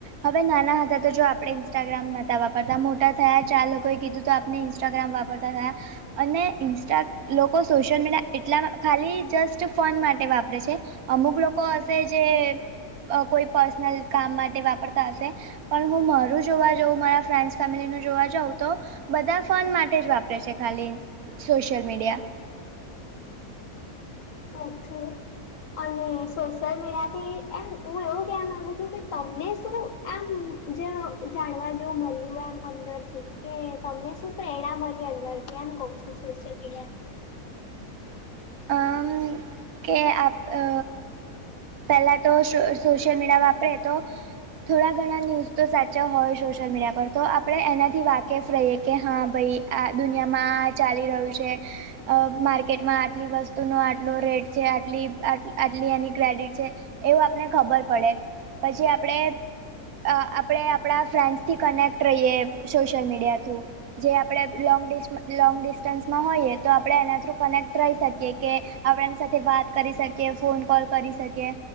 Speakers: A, on the right; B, on the left.
A: હવે નાના હતા તો જો આપડે ઇન્સ્ટાગ્રામ નતા વાપરતા મોટા થયા ચાર લોકોએ કીધું તો આપ ને ઇન્સ્ટાગ્રામ વાપરતા થાય અને ઇન્સ્ટા લોકો સોશિયલ મીડિયા એટલા ખાલી જસ્ટ ફોન માટે વાપરે છે. અમુક લોકો <unintelligible> કોઈ પર્સનલ કામ માટે વાપરતા હશે પણ હું મારું જોવા જઉં મારા ફ્રેન્ડસ ફેમિલી ન જોવા જઉ તો બધા ફન માટે જ વાપરે છે ખાલી સોશિયલ મીડિયા
B: ઓકે અને સોશિયલ મીડિયા થી એમ હું એવું કેવા માંગુ છું કે તમને શું એમ જે જાણવા જેવું મળ્યું એમ અંદર થી કે તમને શું પ્રેરણા મળી અંદર થી એમ કવુ છું સોશિયલ મીડિયા થી
A: અમ કે આપ અ પેલા તો સોશિયલ મીડિયા વાપરે તો થોડા ઘણા ન્યૂઝ તો સાચા હોય સોશિયલ મીડિયા પર તો આપણે એનાથી વાકેફ રહીએ કે હા ભાઈ આ દુનિયામાં ચાલી રહ્યું છે અ માર્કેટમાં આટલી વસ્તુનો આટલો રેટ છે આટલી આટલી એની ક્રેડિટ છે એવું આપને ખબર પડે પછી આપડે અ આપડે આપડા ફ્રેન્ડ્સ થી કનેક્ટ રહીએ સોશિયલ મીડિયા થ્રુ જે આપડે લોંગ ડિસ લોંગ ડિસ્ટન્સમાં હોઈએ તો આપડણે એના થ્રુ કનેક્ટ ટ્રઇ શકીએ કે આપડે એની સાથે વાત કરી શકીએ ફોન કોલ કરી શકીએ